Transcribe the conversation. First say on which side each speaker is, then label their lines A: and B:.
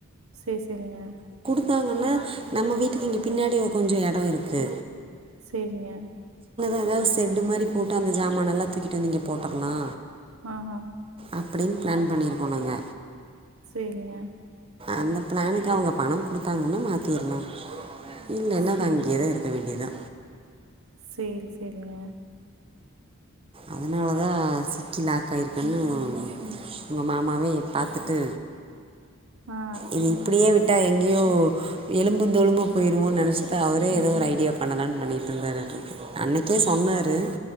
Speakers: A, on the right; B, on the right.
A: சே சேரிங்க
B: இருக்காங்கன்னா நம்ம வீட்டுக்கு இங்க பின்னாடி ஒரு கொஞ்சோ எடோ இருக்கு
A: சேரிங்க
B: ஏதாது செட்டு மாரி போட்டு அந்த சாமானன்ல்லா தூக்கிட்டு வந்த நீங்க போட்டுடலா
A: ஆ ஆஹ
B: அப்பிடின் பிளான் பண்ணியிருக்கோ நாங்க
A: சேரிங்க
B: அந்த பிளானுக்கு அவுங்க பணம் குடுத்தாங்கன்னா மாத்திரலா இல்லன்னா
A: சேரி
B: அது அங்கேயேதா இருக்க வேண்டியதா
A: சேரி சேரிங்க
B: அதனாலதா சிக்கிலாக்க ஆயிருக்குன்னு உங்க மாமாவே பாத்துட்டு
A: ஆ
B: இது இப்பிடியே விட் விட்டா எங்கேயோ எலும்பு தோலும்ம போயிருமோ நெனச்சிட்டு அவரே ஏதோ ஒரு ஐடியா பண்ணலானு பண்ணிகிட்டு இருந்தாட்ருக்கு அன்னைக்கே சொன்னாரு